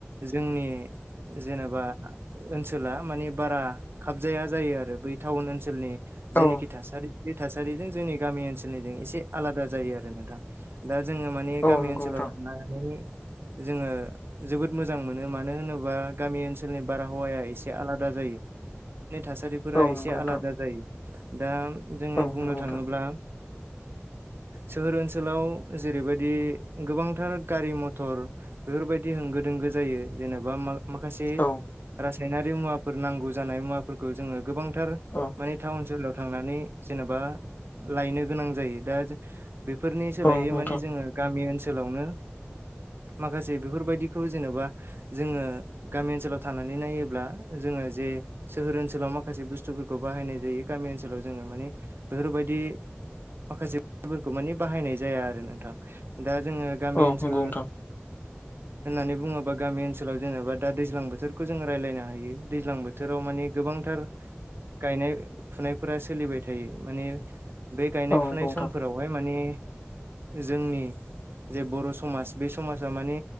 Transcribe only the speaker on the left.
औ
औ
नंगौ
नोंथां
औ
नंगौ नोंथां
औ
नंगौ नोंथां
औ
औ
औ नंगौ नोंथां
औ
नंगौ नोंथां
औ नंगौ
नोंथां